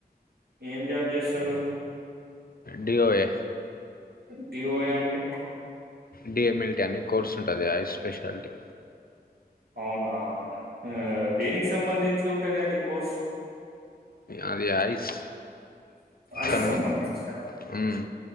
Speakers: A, on the right (about 65°); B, on the left (about 60°).
A: ఏం జాబ్ చేస్తాడు
B: డిఓఎ
A: డిఓఎ అంటే
B: డిఎమ్ఎల్టీ అని కోర్స్ ఉంటుంది ఐ స్పెషాలిటీ
A: అవునా ఆ దేనికి సంబంధించి ఉంటంది అది కదా కోర్స్
B: అది ఐస్
A: ఐ
B: కన్ను
A: సంబంధిత
B: మ్,